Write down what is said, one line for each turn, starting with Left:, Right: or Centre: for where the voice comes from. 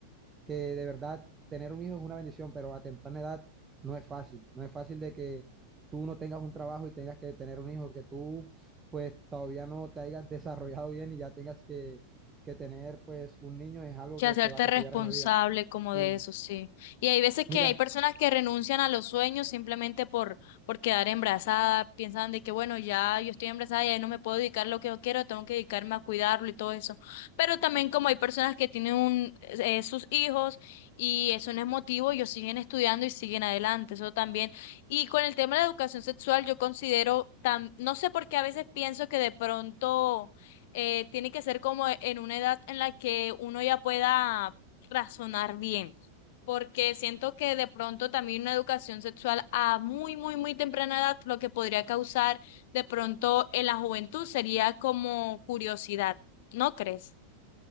Right: que de verdad tener un hijo es una bendición, pero a temprana edad no es fácil. No es fácil de que tú no tengas un trabajo y tengas que tener un hijo, que tú pues todavía no te hayas desarrollado bien y ya tengas que, que tener pues un niño es algo
Left: que
Right: que
Left: hacerte
Right: te va a atropellar
Left: responsable
Right: en la vida.
Left: como
Right: Y
Left: de eso, sí. Y hay veces
Right: mira,
Left: que hay personas que renuncian a los sueños simplemente por, por quedar embarazada, piensan de que, bueno, ya yo estoy embarazada y ahí no me puedo dedicar lo que yo quiero, tengo que dedicarme a cuidarlo y todo eso. Pero también como hay personas que tienen un, eh, sus hijos y eso no es motivo, ellos siguen estudiando y siguen adelante, eso también. Y con el tema de la educación sexual, yo considero, tan, no sé por qué a veces pienso que de pronto eh, tiene que ser como en una edad en la que uno ya pueda razonar bien, porque siento que de pronto también una educación sexual a muy, muy, muy temprana edad, lo que podría causar de pronto en la juventud sería como curiosidad, ¿no crees?